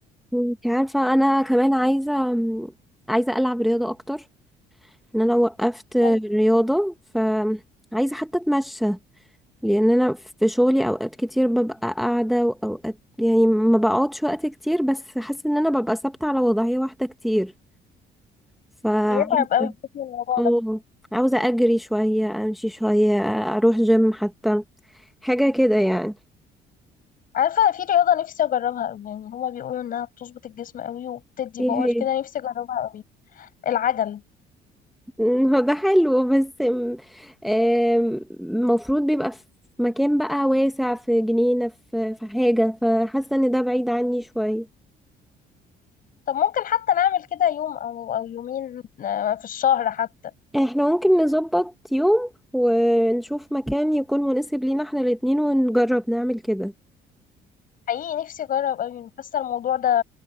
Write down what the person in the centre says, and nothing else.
انت عارفة أنا كمان عايزة عايزة ألعب رياضة أكتر إن أنا وقفت
رياضة فعايزة حتى أتمشى لان انا في شغلي اوقات كتير ببقى قاعده واوقات يعني ما بقعدش وقت كتير بس حاسه ان انا ببقى ثابته على وضعيه واحده كتير فعايزه
اه
عاوزه اجري شويه امشي شويه اروح جيم حتى حاجه كده يعني
ايه
هي
<laughs> هو ده حلو بس م- آم، المفروض بيبقى في مكان بقى واسع في جنينه في في حاجه فحاسه ان ده بعيد عني شويه
احنا ممكن نظبط يوم ونشوف مكان يكون مناسب لينا احنا الاتنين ونجرب نعمل كده